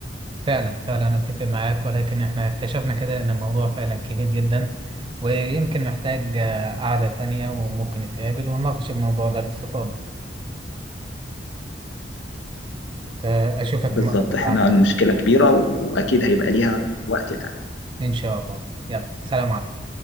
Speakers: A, on the right; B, on the left.
A: فعلا فعلا أنا أتفق معاك ولكن إحنا اكتشفنا كده إن الموضوع فعلا كبير جدا ويمكن محتاج آه، قعدة تانية وممكن نتقابل ونناقش الموضوع ده باستفاضة فأشوفك
B: بالظبط
A: المرة الجاية
B: احنا
A: على خير.
B: المشكلة كبيرة واكيد هيبقى ليها وقت تاني
A: إن شاء الله يلا سلام عليكم